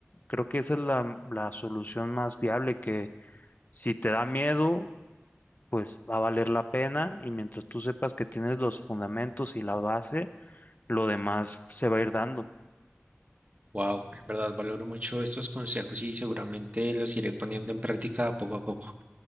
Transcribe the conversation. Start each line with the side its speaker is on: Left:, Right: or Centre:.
Left: creo que esa es la, la solución más viable que si te da miedo, pues va a valer la pena y mientras tú sepas que tienes los fundamentos y la base, lo demás se va a ir dando.
Right: Wow, en verdad valoro mucho estos consejos y seguramente los iré poniendo en práctica poco a poco.